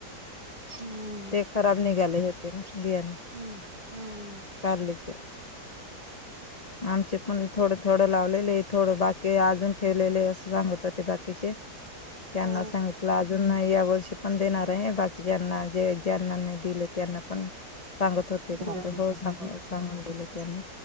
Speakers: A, on the right; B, on the left.
A: हम्म
B: ते खराब निघाले होते ना बियाणे
A: हम्म हम्म
B: कारल्याचे <inaudible> आमचे पण थोडं थोडं लावलेले थोडं बाकीय अजून ठेवलेले आहे अस होते बाकीचे त्यांना
A: हा
B: सांगितलं अजून नायी या वर्षी पण देणारय बाकी ज्यांना जे ज्यांना जे दिलं त्यांना पण सांगत होते
A: हम्म
B: का ते? हो सांग सांगून गेलं त्यांनी